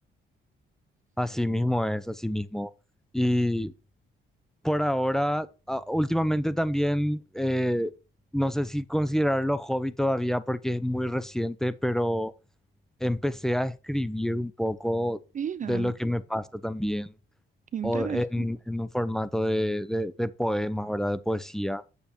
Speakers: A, in the centre; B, on the right.
A: Así mismo es, así mismo. Y por ahora, a- últimamente también, eh, no sé si considerarlo hobby todavía porque es muy reciente, pero empecé a escribir un poco
B: Mira,
A: de lo que me pasa también.
B: qué interesante.
A: o en, en un formato de, de, de poemas, ¿verdad? De poesía.